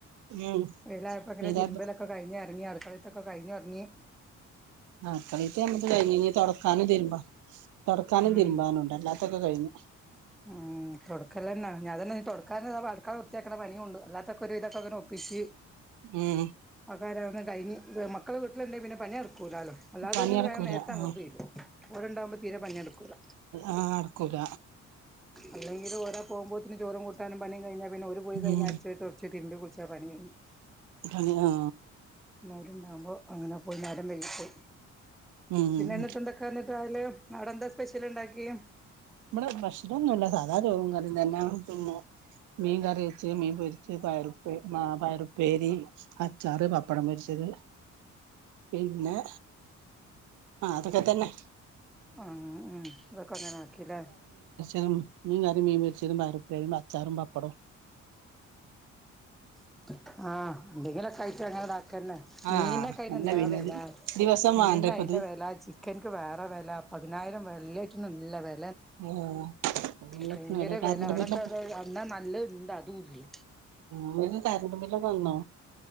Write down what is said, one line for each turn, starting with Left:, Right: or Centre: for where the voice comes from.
Right: ഉം
Centre: വെയിലായപ്പോ ഇങ്ങനെ
Right: ഇതാ
Centre: തിരുമ്പലൊക്കെ കഴിഞ്ഞ് ഇറങ്ങി അടുക്കളത്തൊക്കെ കഴിഞ്ഞ് ഇറങ്ങിയത്.
Right: അട് കാളീതെ നമ്മ കഴിഞ് ഇനി തൊടക്കാനും തിരുമ്പാ തൊടക്കാനും
Centre: ഉം
Right: തതിരുമ്പാനുംണ്ട്. അല്ലാത്തൊക്കെ കഴിഞ്ഞു.
Centre: ഉം തൊടക്കല്ലന്നാ ഞാൻ തന്നെ തൊട അക്കാ അടുക്കള വൃത്തിയാക്കണ പണിയും ഉണ്ട്. അല്ലാത്തക്കെ ഒരുവിതൊക്കെ ഇങ്ങനെ ഒപ്പിച്ച്.
Right: ഉം
Centre: ആക്കാര കഴിഞ്ഞ് മക്കള് വീട്ടിലുണ്ടെ പിന്നെ പണി കൂലല്ലോ അല്ലാതെങ്കിൽ
Right: പണി നടക്കൂല
Centre: വേം നേരത്ത അങ്ങോട്ട്
Right: ആഹ്
Centre: തീരും. ഓല് ഉണ്ടാകുമ്പോ തീരെ പണി നടക്കൂല്ല.
Right: ആ അർക്കൂല.
Centre: അല്ലെങ്കില് ഓരാ പോവുമ്പോത്തിന് ചോറുകൂട്ടാനും പണിം കഴിഞ്ഞാ പിന്നെ ഓര് പോയ് കയ്ഞ്ഞാ
Right: ഉം
Centre: അട്ച്ചോരി തൊട്ച്ച് തിര്മ്പി കുള്ച്ചാ പണിയെയ്ഞ്ഞ്.
Right: ആഹ് അ.
Centre: ന്നോല്ണ്ടാവുമ്പോ, അങ്ങനെ പോയ് നേരമ്പൈകീട്ട്
Right: ഉം
Centre: പിന്നെന്നിട്ട്ന്തൊക്കെന്നിട്ടയ്ല് അവ്ടെന്താ സ്പെഷ്യൽല് ണ്ടാക്കി
Right: ഇപടെ പെഷലൊന്നുല്ല സാധാ ചോറുങ്കറിയും തന്നെ ഇന്നും. മീൻ കറിയെച്ച് മീൻ പൊര്ച്ച് പയറുപ്പേ മാ പയറു പേരി അച്ചാറ് പപ്പടം പൊര്ച്ചത് പിന്നെ ആ തൊക്കെ ത്തന്നെ.
Centre: ആ അ തൊക്കങ്ങനാക്കി ലെ
Right: എം മീൻ കറിം മീൻ പൊര്ചതും പയറുപ്പേരിം അച്ചാറും പപ്പടും.
Centre: <inaudible> ആ ന്തെങ്കിലൊക്കായ്ട്ടങ്ങനെ താക്കന്നെ മീൻനൊക്കയ്നെന്താവെല
Right: ആഹ് അല്ല പിന്നത് ദിവസം
Centre: മീനയ്ല്
Right: വേണ്ടേ ഇപ്പത്
Centre: ല ചിക്കൻക്ക് വേറെ വെല പതിനായിരവല്ലേറ്റിനുല്ല വെ
Right: ഉം ല്ലേറ്റിനൊല
Centre: ഭയങ്കര
Right: കര്ന്റ്ബില്ലൊക്ക്
Centre: വെല അവിടൊക്കെ അത്
Right: <inaudible>
Centre: അന്നാ നല്ലത് ഇണ്ട് അതും ഇല്ല
Right: ങ്ങനെ കര്ന്റ്ബില്ലൊക്കെ വന്നോ?